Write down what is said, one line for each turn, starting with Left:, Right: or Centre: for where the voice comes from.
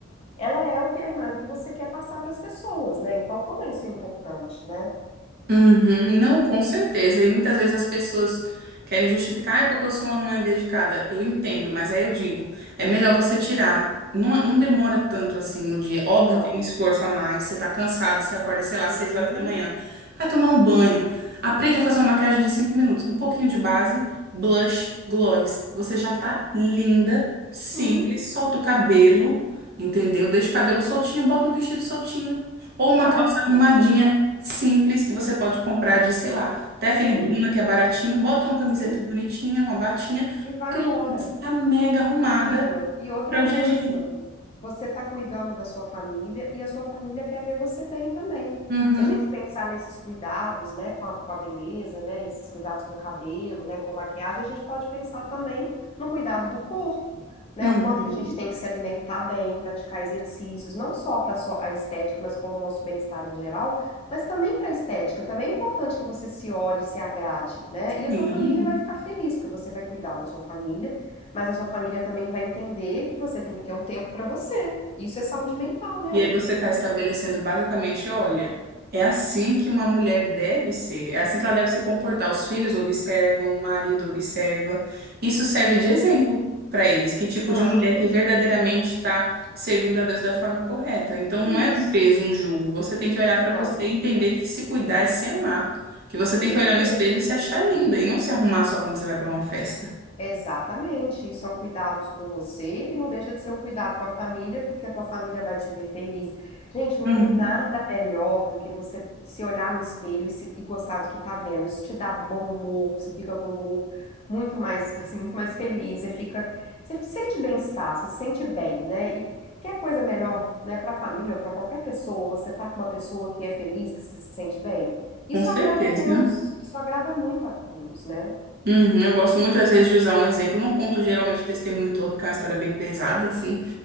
Left: ela é o que a imagem que você quer passar para as pessoas, né? Então, como é isso é importante, né?
Right: Uhum, Não, com certeza. E muitas vezes as pessoas querem justificar, ah, é porque eu sou uma mãe dedicada. Eu entendo, mas aí eu digo, é melhor você tirar. Não, não demora tanto assim no dia. Óbvio
Left: Não.
Right: que é um esforço a mais. Você tá cansada, você acorda, sei
Left: Sim,
Right: lá, seis horas da manhã. Vai tomar um banho. Aprende a fazer uma maquiagem de cinco minutos. Um pouquinho de base, blush, gloss. Você já tá linda, simples.
Left: sim,
Right: Solta o cabelo, entendeu? Deixa o cabelo soltinho, bota um vestido soltinho. Ou uma
Left: pronto.
Right: calça arrumadinha simples que você pode comprar de, sei lá, até
Left: Sim,
Right: aquele Duna que é baratinho, bota uma camiseta
Left: sim,
Right: bonitinha, uma batinha,
Left: e vai
Right: pronto,
Left: embora.
Right: você tá mega arrumada
Left: Amiga, e outra
Right: para
Left: coisa,
Right: o dia a dia.
Left: você está cuidando da sua família e a sua família quer ver você bem também.
Right: Uhum.
Left: Se a gente pensar nesses cuidados, né, com a, com a beleza, né, esses cuidados com o cabelo, né, com a maquiagem, a gente pode pensar também no cuidado do corpo, né,
Right: Uhum.
Left: o quanto que a gente tem que se alimentar bem, praticar exercícios, não só para a estética, mas como o nosso bem-estar em geral, mas também para a estética. Também é importante que você se olhe, se agrade, né, e a
Right: Sim.
Left: tua família vai ficar feliz, porque você vai cuidar da sua família mas a sua família também vai entender que você tem que ter um tempo para você. Isso é saúde mental, né,
Right: E
Left: amiga?
Right: aí você está estabelecendo basicamente, olha, é assim que uma mulher deve ser, é assim que ela deve se comportar. Os filhos observam, o marido observa. Isso serve de exemplo para eles, que
Left: Exato.
Right: tipo de mulher que verdadeiramente está servindo a Deus da forma correta. Então não
Left: Isso.
Right: é um peso, um jugo. Você tem que olhar para
Left: Não,
Right: você e entender que se cuidar e se amar. Que você tem
Left: perfeito.
Right: que olhar no espelho e se achar linda e não se arrumar só quando você vai para uma festa.
Left: Exatamente, isso é um cuidado com você e não deixa de ser um cuidado com a família, porque a tua família vai te ver feliz. Gente, não
Right: Uhum.
Left: tem nada melhor do que você se olhar no espelho e, se- e gostar do que tá vendo. Isso te dá bom humor, você fica com humor muito mais, <laughs> assim, muito mais feliz, você fica, você sente bem-estar, você se sente bem, né? E quer coisa melhor, né, para a família ou para qualquer pessoa, você tá com uma pessoa que é feliz, que se sente bem. Isso
Right: Com certeza.
Left: agrada a Deus, isso agrada muito a Deus, né?
Right: Uhum, eu gosto muitas vezes de usar um exemplo. Eu Não conto geralmente o testemunho todo, porque é uma história bem pesada, assim.